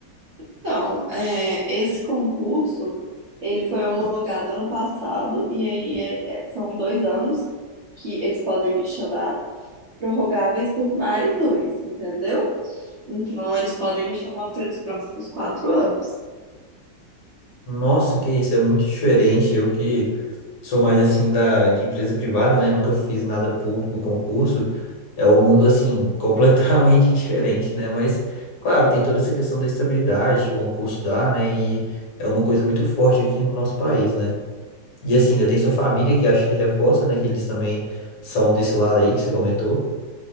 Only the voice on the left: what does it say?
Nossa, que isso, é muito diferente. Eu que sou mais assim da, de empresa privada, né? Nunca fiz nada público, concurso. É um mundo assim, <laughs> completamente diferente, né? Mas, claro, tem toda essa questão da estabilidade que o concurso dá, né? E é uma coisa muito forte aqui no nosso país, né? E assim, ainda tem sua família que acho que reforça, né? Que eles também são desse lado aí que você comentou.